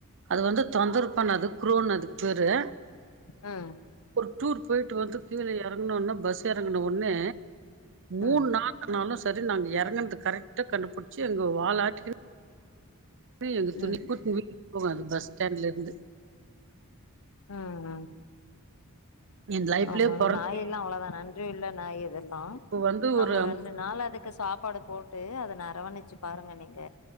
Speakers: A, on the right; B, on the left.
A: அது வந்து தொந்தர பண்ணது க்ருன்னு அதுக்கு பேரு
B: ம்
A: ஒரு டூர் போயிட்டு வந்து கீழ எறங்கன ஒனே பஸ் எறங்கன ஒனே மூணு
B: ம்
A: நாள் ஆனாலு சரி நாங்க எறங்னது கரெக்ட்டா கண்டுபிடிச்சு எங்க வாலாட்டிக் எங்க
B: ம்
A: துணிக்கூட்டு துக்கிட்டு போகும் அந்த பஸ் ஸ்டாண்ட்லந்து
B: அ ன்
A: என் லைஃப்லயே
B: ஆமா
A: பொறந்து
B: நாயல்லாம் அவ்ளதான றி உள்ள நாய் அதல்லாம்
A: இப்ப வந்து
B: நம்ம
A: ஒரு
B: ரெண்டு நாள் அதுக் க்கு சாப்பாடு போட்டு அத அரவணிச்சு பாருங்க நீங்க